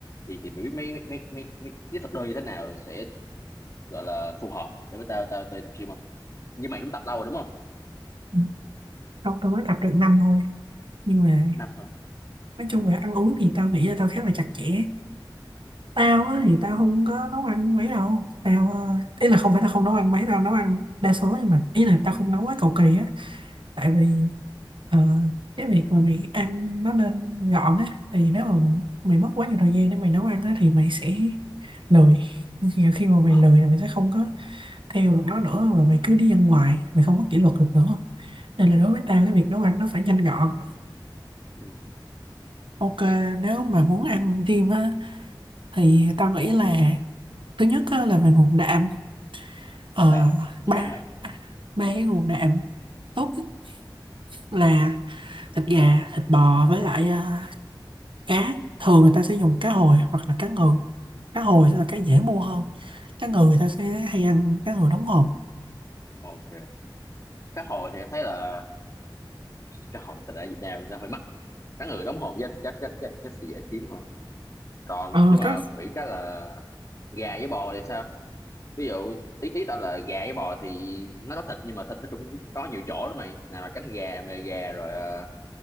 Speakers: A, on the left; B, on the right.
A: thì thì mày biết mấy mấy mấy mấy, mấy cái thực đơn như thế nào sẽ gọi là phù hợp để với tao tao tao đi tập gym không nhưng mày cũng tập lâu rồi đúng không
B: ừ. không tao mới tập được năm thôi nhưng mà
A: năm hả
B: nói chung là ăn uống thì tao nghĩ là tao khá là chặt chẽ tao
A: ồ
B: á, thì tao không có nấu ăn mấy đâu tao ờ, ý là không phải tao không nấu ăn mấy tao nấu ăn đa số nhưng mà ý là tao không nấu quá
A: ừ.
B: cầu kỳ á tại vì ờ, cái việc mà mày ăn nó nên gọn á thì nếu mà mày mất quá nhiều thời gian để mày nấu ăn á thì mày sẽ lười Nhưng khi mà mày
A: Ờ,
B: lười là mày sẽ không có theo được nó nữa và mày cứ đi ăn ngoài mày không có kỷ luật được nữa nên là đối với tao cái việc nấu ăn nó phải nhanh gọn
A: ừ.
B: ok
A: vậy
B: nếu mà muốn ăn thêm á thì tao nghĩ là thứ nhất á, là về nguồn đạm Ờ,
A: đạm chắc
B: ba
A: chắn rồi
B: ba ba cái nguồn đạm tốt nhất là thịt gà thịt bò với lại ờ, cá thường người ta sẽ dùng cá hồi hoặc là cá ngừ cá hồi sẽ là cái dễ mua hơn cá ngừ người ta sẽ hay ăn cá ngừ đóng hộp
A: ok cá hồi thì thấy là cá hồi thật ra ở Việt Nam nó hơi mắc cá ngừ đóng hộp chắc chắc chắc chắc chắc sẽ dễ kiếm hơn còn
B: ờ
A: nhưng mà
B: có
A: bị cái là gà với bò thì sao ví dụ ý ý tao là gà với bò thì nó có thịt nhưng mà thịt nó cũng có nhiều chỗ đó mày nào là cánh gà mề gà rồi ờ,